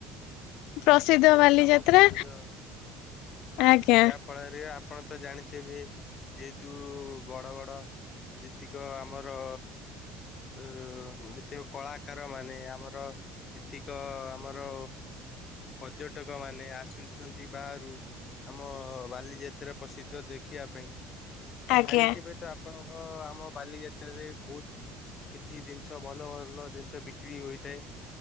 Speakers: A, on the left; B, on the left.
A: ପ୍ରସିଦ୍ଧ
B: ପୁରୁଣାତମ
A: ବାଲିଯାତ୍ରା
B: ପର୍ଯ୍ୟଟନ।
A: ଆଜ୍ଞା।
B: ଯା ଫଳରେ ଆପଣ ତ ଜାଣିଥିବେ ଯେହେତୁ ବଡ ବଡ ଯେତିକ ଆମର ଅ ଯେତିକ କଳାକାରମାନେ ଆମର ଏତିକ ଆମର ପର୍ଯ୍ୟଟକମାନେ ଆସୁଛନ୍ତି ବାହାରୁ ଆମ ବାଲିଯାତ୍ରା ପ୍ରସିଦ୍ଧ ଦେଖିବା ପାଇଁ
A: ଆଜ୍ଞା।
B: ଜାଣିଥିବେ ତ ଆପଣଙ୍କ ଆମ ବାଲିଯାତ୍ରାରେ ବହୁତ କିଛି ଜିନିଷ ଭଲ ଭଲ ଜିନିଷ ବିକ୍ରି ହୋଇଥାଏ।